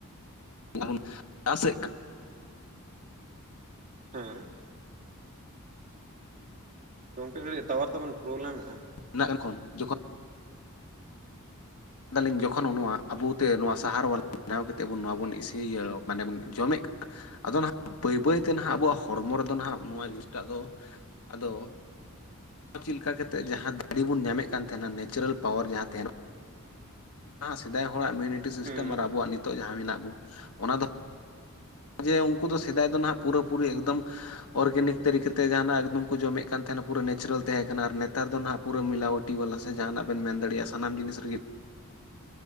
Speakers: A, on the left; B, on the right.
A: <unintelligible> ᱪᱟᱥᱮᱜ <unintelligible>
B: ᱦᱮᱸ᱾ ᱜᱚᱝᱠᱮ ᱠᱟᱹᱴᱤᱜ ᱴᱟᱣᱟᱨ ᱛᱟᱵᱮᱱ ᱯᱨᱚᱵᱞᱮᱢᱮᱜᱼᱟ ᱾
A: <unintelligible> ᱡᱚᱠᱷᱚᱱ <unintelligible> ᱫᱟᱞᱤᱧ ᱡᱚᱠᱷᱚᱱ ᱱᱚᱣᱟ ᱟᱵᱩᱛᱮ ᱱᱚᱣᱟ ᱥᱟᱦᱟᱨ ᱵᱟᱞᱟ ᱵᱮᱱᱟᱣ ᱠᱟᱛᱮᱜ ᱱᱚᱣᱟ ᱵᱚᱱ ᱤᱥᱤ ᱤᱭᱟᱹ ᱢᱟᱱᱮ ᱵᱚᱱ ᱡᱚᱢᱮᱜ ᱠᱟᱱᱟ ᱟᱫᱚ ᱱᱷᱟᱜ ᱵᱟᱹᱭ ᱵᱟᱹᱭ ᱛᱮ ᱱᱷᱟᱜ ᱟᱵᱚᱣᱟᱜ ᱦᱚᱲᱢᱚ ᱨᱮᱫᱚ ᱦᱟᱸᱜ ᱱᱚᱣᱟ ᱡᱤᱱᱤᱥ ᱴᱟᱜ ᱫᱚ ᱟᱫᱚ ᱪᱤᱜ ᱞᱮᱠᱟ ᱠᱟᱛᱮᱜ ᱡᱟᱦᱟᱸ ᱫᱟᱲᱮ ᱵᱚᱱ ᱧᱟᱢᱮᱜ ᱠᱟᱱ ᱛᱟᱦᱮᱱᱟ ᱱᱮᱪᱨᱟᱞ ᱯᱟᱣᱟᱨ ᱡᱟᱦᱟᱸ ᱛᱟᱦᱮᱸᱱᱟ ᱥᱮᱫᱟᱭ ᱦᱚᱲᱟᱜ ᱤᱢᱤᱱᱤᱴᱤ ᱥᱤᱥᱴᱮᱢ
B: ᱦᱩᱸ
A: ᱟᱨ ᱟᱵᱚᱣᱟᱜ ᱱᱤᱛᱚᱜ ᱡᱟᱦᱟᱸ ᱢᱮᱱᱟᱜ ᱵᱚᱱ ᱚᱱᱟ ᱫᱚ ᱡᱮ ᱩᱱᱠᱩ ᱫᱚ ᱥᱮᱫᱟᱭ ᱫᱚ ᱦᱟᱸᱜ ᱯᱩᱨᱟᱹᱯᱩᱨᱤ ᱮᱠᱫᱚᱢ ᱚᱨᱜᱮᱱᱤᱠ ᱛᱟᱹᱨᱤᱠᱟ ᱛᱮ ᱡᱟᱦᱟᱸᱱᱟᱜ ᱮᱠᱫᱚᱢ ᱠᱚ ᱡᱚᱢᱮᱜ ᱠᱟᱱ ᱛᱟᱦᱮᱸᱱᱟ ᱯᱩᱨᱟᱹ ᱱᱮᱪᱨᱮᱞ ᱛᱟᱦᱮᱸᱱᱟ ᱠᱟᱱᱟ ᱟᱨ ᱱᱮᱛᱟᱨ ᱫᱚ ᱦᱟᱸᱜ ᱯᱩᱨᱟᱹ ᱢᱤᱞᱟᱣᱴᱤ ᱵᱟᱞᱟ ᱥᱮ ᱡᱟᱦᱟᱸᱱᱟᱜ ᱵᱮᱱ ᱢᱮᱱ ᱫᱟᱲᱮᱭᱟᱜᱼᱟ ᱥᱟᱱᱟᱢ ᱡᱤᱱᱤᱥ ᱨᱮᱜᱮ